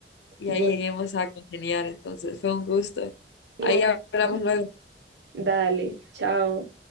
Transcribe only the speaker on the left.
y
ahí lleguemos a congeniar. Entonces, fue un gusto.
Ahí
hablamos luego.